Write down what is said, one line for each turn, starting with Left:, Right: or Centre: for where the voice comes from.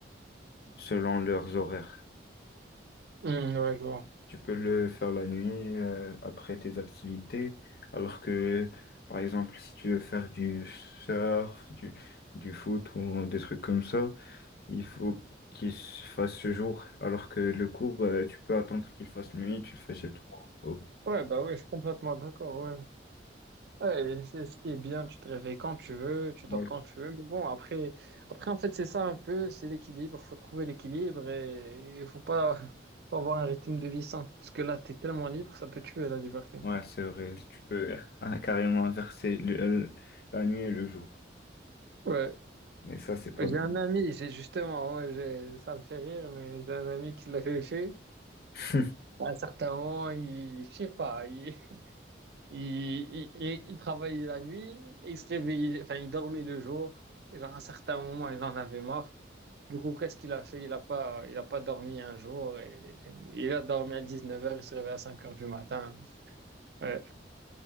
Left: selon leurs horaires.
Right: Hum, ouais, je vois.
Left: Tu peux le faire la nuit euh, après tes activités, alors que, par exemple, si tu veux faire du surf, du, du foot ou des trucs comme ça, Il faut qu'il se fasse ce jour, alors que le cours, euh, tu peux attendre qu'il fasse nuit, tu le fais chez toi. Oh.
Right: Ouais, bah ouais, je suis complètement d'accord, ouais. Ouais, et c'est ce qui est bien, tu te réveilles quand tu veux, tu dors
Left: Ouais,
Right: quand tu veux. Mais bon, après, après en fait, c'est ça un peu, c'est l'équilibre, faut trouver l'équilibre et il faut pas, <laughs> faut avoir un rythme de vie sain. Parce que là, t'es tellement libre, ça peut tuer la liberté.
Left: Ouais, c'est vrai, tu peux <laughs> euh, carrément inverser le- le- la nuit et le jour.
Right: Ouais.
Left: Mais ça, c'est pas
Right: J'ai
Left: bien.
Right: un ami, j'ai justement, ouais, j'ai, ça me fait rire, mais j'ai un ami qui l'avait fait.
Left: <laughs>
Right: À un certain moment, il, je sais pas, il, Il, il, il- il travaillait la nuit et il se réveillait, enfin, il dormait le jour. Et genre, à un certain moment, il en avait marre. Du coup, qu'est-ce qu'il a fait? Il n'a pas, il a pas dormi un jour. Et, il a dormi à dix-neuf heures il se réveille à cinq heures du matin. Ouais.